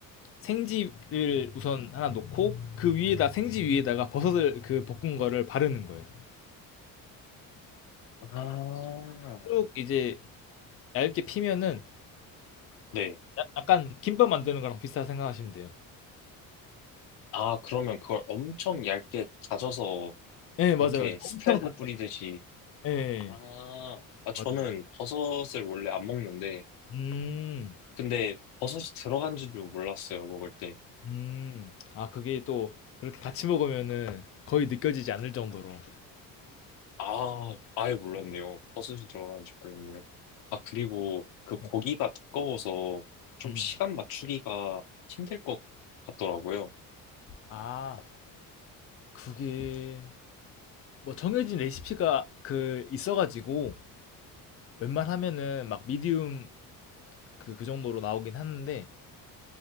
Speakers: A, on the left; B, on the left.
A: 생지를 우선 하나 놓고 그 위에다 생지 위에다가 버섯을 그 볶은 거를 바르는 거예요.
B: 아,
A: 쭉 이제 얇게 피면은
B: 네.
A: 야- 약간 김밥 만드는 거랑 비슷하다 생각하시면 돼요.
B: 아, 그러면 그걸 엄청 얇게 다져서
A: 예, 맞아요.
B: 그렇게 스프레드
A: 엄청 단단하게.
B: 뿌리듯이.
A: 예,
B: 아, 아,
A: 맞아요.
B: 저는 버섯을 원래 안 먹는데,
A: 음,
B: 근데 버섯이 들어간 줄도 몰랐어요, 먹을 때.
A: 음. 아, 그게 또 그렇게 같이 먹으면은 거의 느껴지지 않을 정도로.
B: 아, 아예 몰랐네요. 버섯이 들어간 줄 몰랐네요. 아, 그리고 그 고기가
A: 예.
B: 두꺼워서 좀
A: 음.
B: 시간 맞추기가 힘들 것 같더라고요.
A: 아, 그게 뭐 정해진 레시피가 그 있어가지고 웬만하면은 막 미디움 그, 그 정도로 나오긴 하는데